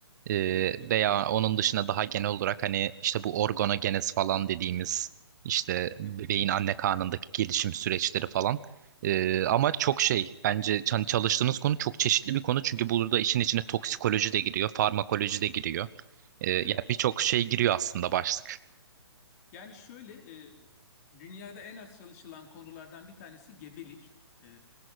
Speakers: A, on the right; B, on the left.
A: ee,
B: Evet, evet.
A: veya onun dışında daha genel olarak hani işte bu organogenez falan dediğimiz işte bebeğin
B: Hı hı.
A: anne karnındaki gelişim süreçleri falan. Ee, ama çok şey bence hani çalıştığınız konu çok çeşitli bir konu çünkü burada işin içine toksikoloji de giriyor, farmakoloji de giriyor. Ee, yani
B: Evet.
A: birçok şey giriyor aslında başlık.
B: Yani şöyle, e, dünyada en az çalışılan konulardan bir tanesi gebelik. E,